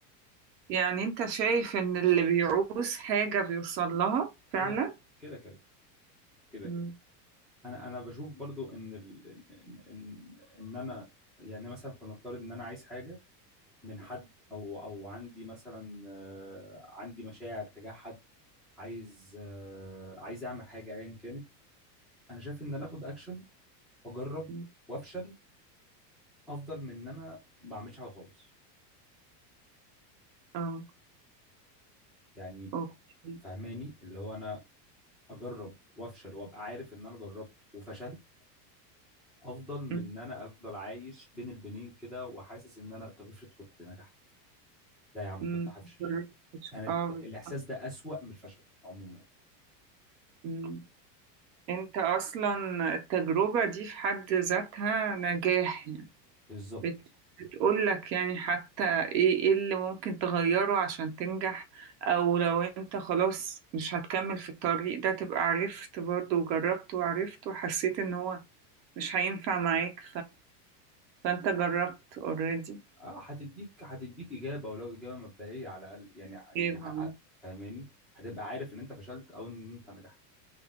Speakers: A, on the right; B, in the centre.
A: يعني انت شايف ان اللي بيعوز حاجة بيوصل لها فعلا
B: كده كده كده كده كده
A: مم.
B: كده انا انا بشوف برضو ان ال... ان ان إن انا يعني مثلا فلنفترض ان انا عايز حاجه من حد او او عندي مثلا آه، عندي مشاعر تجاه حد عايز آه، عايز اعمل حاجه ايا كانت انا شايف ان انا اخد اكشن واجرب
A: مم.
B: وافشل افضل من ان انا ما اعملش حاجه خالص
A: اه
B: يعني
A: اوكي
B: فهماني اللي هو انا اجرب وافشل وابقى عارف ان انا جربت وفشلت افضل من
A: مم.
B: ان انا افضل عايش بين البنين كده وحاسس ان انا طب افرض كنت نجحت لا يا عم
A: مم.
B: كنت هفشل
A: مش-
B: انا
A: اه
B: الاحساس
A: بالظبط.
B: ده اسوأ من الفشل عموما
A: مم. انت اصلا التجربة دي في حد ذاتها نجاح يعني
B: بالظبط
A: بت- بتقول لك يعني حتى ايه ايه اللي ممكن تغيره عشان تنجح او لو انت خلاص مش هتكمل في الطريق ده تبقى عرفت برضه وجربت وعرفت وحسيت ان هو مش هينفع معاك فانت جربت اوريدي
B: اه هتديك هتديك اجابه ولو اجابه مبدئيه على الاقل يعني ع-
A: ايه بقى
B: ع- فاهماني هتبقى عارف ان انت فشلت او ان انت نجحت